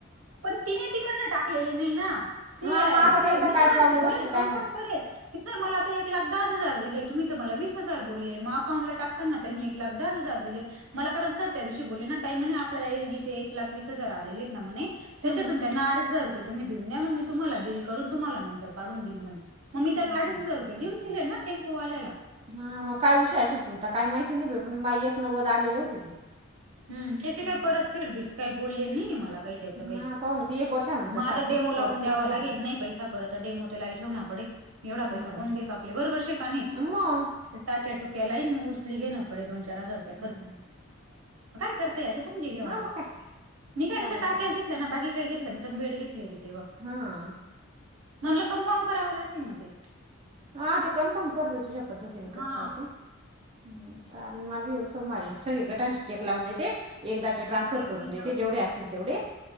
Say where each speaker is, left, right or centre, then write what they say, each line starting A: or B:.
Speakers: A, on the right; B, on the right.
A: पण तिने तिकडन टाकलेली नाही ना. ते
B: हां मग आता
A: ते
B: त्यांचा
A: मी सरांशी
B: काय प्रॉब्लेम
A: बोलेन
B: असेल
A: कन्फर्म
B: काय माहिती
A: करेल. की सर मला त एक लाख दहाच हजार दिले. तुम्ही तर मला वीस हजार बोलले. मग अकाउंटला टाक ताना त्यांनी एक लाख दहाच हजार दिले. मला कारण सर त्या दिवशी बोलले ना, ताई म्हणे आपल्याला एल जीचे एक लाख वीस हजार आलेलेत ना म्हणे. त्याच्यातून
B: हं, हं,
A: त्यांना अडीच हजार रुपये तुम्ही देऊन द्या. मग मी तुम्हाला बिल करून, तुम्हाला नंतर काढून देईल म्हणे. मग मी त्याला
B: हं.
A: अडीच हजार रुपये देऊन दिले ना टेम्पोवाल्याला.
B: हां. मग काय विषय असेल तुमचा काही माहिती नाही बाई. पण मा एक नव्वद आलेले होते ते.
A: हं. त्याचे
B: हम्म.
A: काय परत फेड बीड काही बोलले नाही मला. काही त्याच काही,
B: हा पाहू ना ते एक वर्षानंतर
A: मग आता
B: सांग
A: डेमो लावून
B: परतफेड
A: द्यावा
B: सांगितली.
A: लागेल. नाही पैसा परत. त डेमो त लई ठेवणा पडे. एवढा
B: हम्म
A: पैसा कोण देस आपले बरोबर शे का नाही?
B: मग
A: ते टाक्या टुक्या लई न उसली घेण पडे दोन चार हजार रुपये.
B: हम्म.
A: <unintelligible> <unintelligible>
B: हा मग काय
A: मी काय
B: चालेल
A: नुसत्या टाक्याच
B: त्याची
A: घेतल्या ना. बाकी काही घेतल्या नाही, बेड घेतली होती तेव्हा.
B: हं.
A: म्हणलं कन्फर्म करावं लागेल मग ते.
B: हा ते कन्फर्म कर बाई तुझ्या पद्धतीने, कसं
A: हा
B: काय ते. हं, चालेल माल बी ऊ सोममारी सगळी गटांशी चेक लावून देते. एकदाचे ट्रान्स्फर
A: एक
B: करून
A: मिनिट
B: देते जेवढे असतील तेवढे.